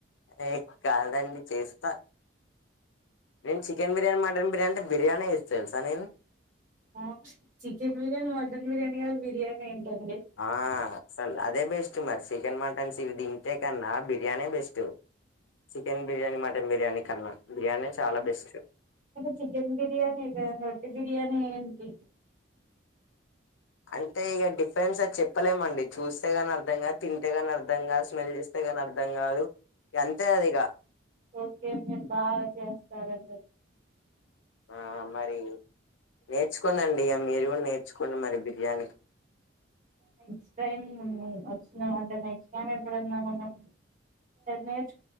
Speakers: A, on the left (about 75°); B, on the right (about 40°).
A: ఏ కాదండి, చేస్ ట నేన్ చికెన్ బిర్యానీ, మటన్ బిర్యానీ ట బిర్యానే జేస్త తెల్సా నేను?
B: ఆక్స్ చికెన్ బిర్యానీ, మటన్ బిర్యానీ అ బిర్యానే ఎన్ ట్టుంది.
A: ఆ అసలు అదే బెస్ట్ మరి చికెన్, మటన్స్ ఇవి తింటే కన్నా బిర్యానే best. Chicken biryani, mutton biryani కన్నా. బిర్యానీ చాలా బెస్ట్
B: గ చికెన్ బిర్యానే గదండి ఒట్టి బిర్యాన్ న ఏంటి?
A: అంటే ఇగ డిఫరెన్స్ అది చెప్పలేమండి. చూస్తే గాని అర్థం కాదు, తింటే గాని అర్థం కాదు, స్మెల్ జేస్తే గాని అర్థం కాదు. ఇక అంతే అది ఇక
B: ఓకే మీర్ బాగా చేస్తారన్న
A: ఆ మరి, నేర్చుకోండండి ఇగ మీరు గూడ నేర్చుకోండి మరి బిర్యాని.
B: నెక్స్ట్ టైం ఒచ్చినవంటే నెక్స్ట్ టైం ఎప్పుడన్నా మనం నేర్చు